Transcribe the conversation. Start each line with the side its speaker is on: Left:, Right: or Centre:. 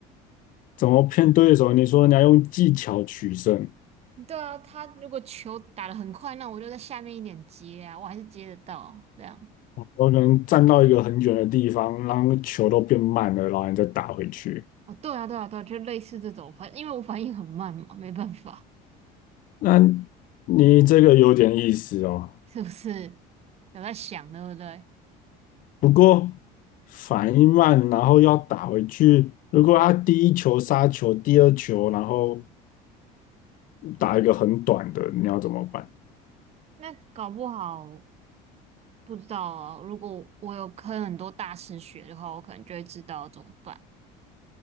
Left: 怎么骗对手？你说你要用技巧取胜，
Right: 对啊，他如果球打得很快，那我就在下面一点接啊，我还是接得到啊这样。
Left: 我可能站到一个很远的地方，让球都变慢了，然后你再打回去。
Right: 哦，对啊，对啊，对啊，就类似这种反，因为我反应很慢嘛，没办法，
Left: 那你这个有点意思哦。
Right: 是不是？有在想，对不对？
Left: 不过反应慢，然后要打回去。如果他第一球杀球，第二球然后打一个很短的，你要怎么办？
Right: 那搞不好不知道啊。如果我有跟很多大师学的话，我可能就会知道怎么办。